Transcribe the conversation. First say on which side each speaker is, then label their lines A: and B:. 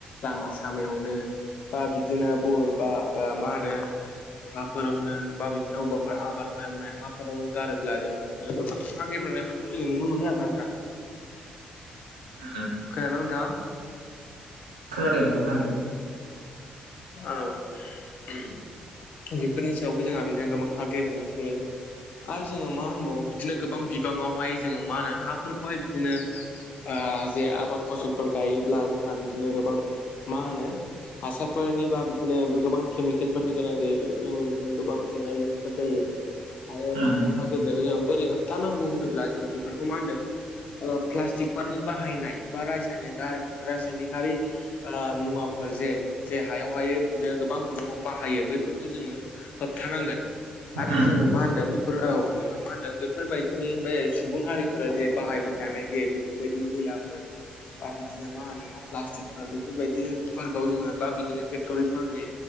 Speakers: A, on the left (about 55°); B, on the right (about 85°).
A: लामा सामायावनो बा बिदिनो बबेबा ओ मा होनो हाफोरावनो बा बिदिनो ओबावबाफोर आबाद मावनाय हाफोरावनो गारोब्ला जोंहा बिदिनो गोबां हा गेब्रेंनाय नों नुनो मोनगोन आरो ‌ना
B: ओं
A: खोनादोंना नोंथाङा
B: खोनादों खोनादों
A: औ बेफोरनि सायावबो जोंहा बिदिनो गोबां <unintelligible> आरो जोङो मा होनबावो बिदिनो गोबां बिबाङावहाय जोङो मा होनो हाफोरखौहाय बिदिनो ओ जे आबाद फसलफोर गायोब्ला जोंहा बिदिनो गोबां मा होनो हासार फोरनि बा बिदिनो गोबां केमिकेलफोरनि गोनां जायो बेफोरजोंबो बिदिनो गोबां जेंना जेंसिफोर जायो आरो
B: उम
A: मा होनो हागेब्रेंनायखौ जोङो बोरै होबथानांगौ होनोब्ला जोङो बेफोरखौ मा होनदों प्लास्टिकफोरनि बाहायनाय बा <unintelligible> रासायनिकारि ओ मुवाफोर जे जे हायाव हाय बिदिनो गोबां बिबाङाव बाहायो बैफोरखौ जोङो होबथानांगोन आरो
B: उम
A: जोङो मा होनदों बेफोर औ जों मा होनदों बेफोरबायदिनि बे सुबुं हारिफोरा जे बाहायबाय थानाय जे बेफोरबायदि मैलाफोर बा बिदिनो मा होनो प्लास्टिक बेफोरबायदिफोरखौ जोङो बा बिदिनो फेक्ट'रिफोरनि